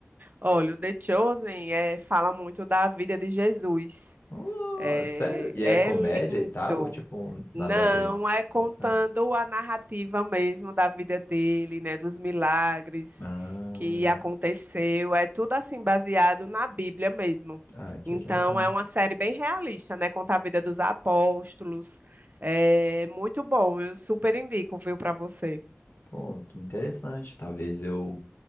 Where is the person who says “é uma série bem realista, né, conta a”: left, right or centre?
Right